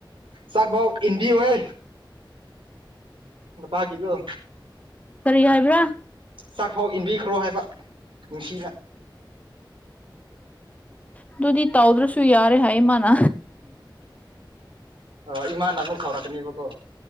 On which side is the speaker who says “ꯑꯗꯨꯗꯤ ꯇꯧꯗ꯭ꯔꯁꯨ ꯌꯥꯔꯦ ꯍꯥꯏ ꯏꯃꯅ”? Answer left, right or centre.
Left